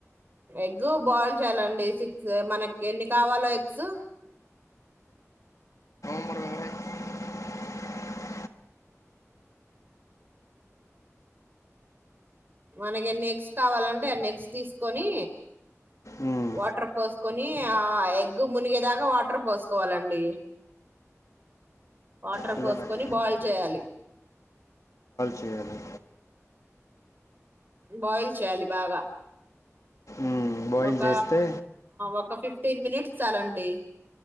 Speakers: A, on the right; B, on the left.
A: ఎగ్గు బాయిల్ చేయాలండి సిక్స్ మనకి ఎన్ని కావాలో ఎగ్స్
B: డు
A: మనకి ఎన్ని ఎగ్స్ కావాలంటే అన్ని ఎగ్స్ తీసుకొని
B: మ్మ్.
A: వాటర్ ఫల్స్ కొని ఎగ్ మునిగేదాకా వాటర్ పోసుకోవాలండి వాటర్
B: కిలోమీటర్
A: పోసుకొని బాయిల్ చేయాలి
B: చేరి
A: బాయిల్ చేయాలి బాగా
B: మ్మ్. బాయిల్
A: ఒక
B: చేస్తే
A: ఒక ఫిఫ టెన్ మినిట్స్ చాలండి